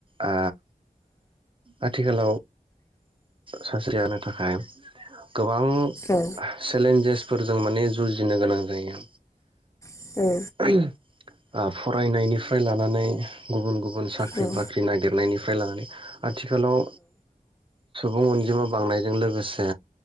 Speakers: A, on the right; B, on the left.
A: ओ आथिखालाव सानस्रि जानो थाखाय गोबां
B: औ
A: चेलेन्जेस फोरजों माने जुजिनो गोनां जायो
B: औ
A: <inaudible> ओ फरायनायनिफ्राय लानानै गुबुन गुबुन साख्रि
B: औ
A: बाख्रि नागिरनायनिफ्राय लानानै आथिखालाव सुबुं अनजिमा बांनायजों लोगोसे